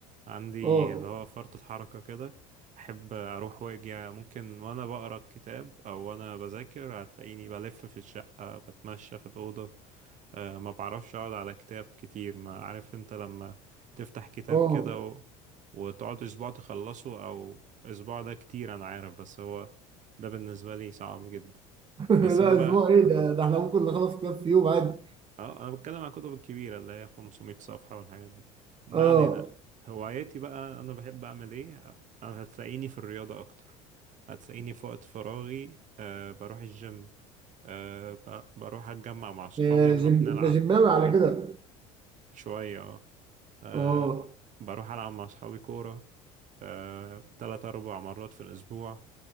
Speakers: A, on the right; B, on the right.
A: عندي
B: اه
A: اللي هو فرط الحركة كده أحب أروح وأجي ممكن وأنا بقرأ الكتاب أو وأنا بذاكر هتلاقيني بلف في الشقة بتمشى في الأوضة أه ما بعرفش أقعد على كتاب كتير ما عارف أنت لما تفتح كتاب
B: اه
A: كده و... وتقعد أسبوع تخلصه أو أسبوع ده كتير أنا عارف بس هو ده بالنسبة لي صعب جدا
B: <laughs>
A: بس
B: لا
A: أنا
B: اسبوع
A: بقى
B: ايه ده ده احنا ممكن نخلص كتاب في يوم عادي
A: اه انا بتكلم عن الكتب الكبيرة اللي هي 500 صفحة والحاجات دي ما
B: اه
A: علينا هواياتي بقى انا بحب اعمل ايه انا هتلاقيني في الرياضة اكتر هتلاقيني في وقت فراغي أه بروح الجيم أه ب- بروح اتجمع مع صحابي
B: يا
A: نروح
B: جم...
A: نلعب
B: انت جماوي على كده
A: شوية اه أه
B: اه
A: بروح العب مع صحابي كورة أه تلات اربع مرات في الاسبوع